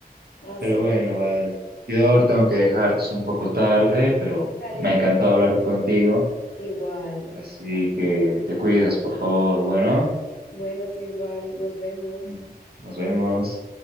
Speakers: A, on the left; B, on the right.
A: Así
B: Pero bueno, vale. Yo ahora tengo que dejar, que es un poco tarde, pero
A: sale.
B: me ha encantado hablar contigo.
A: Igual.
B: Así que te cuidas, por favor. Bueno.
A: Bueno, tú igual, nos vemos.
B: Ujú. Nos vemos.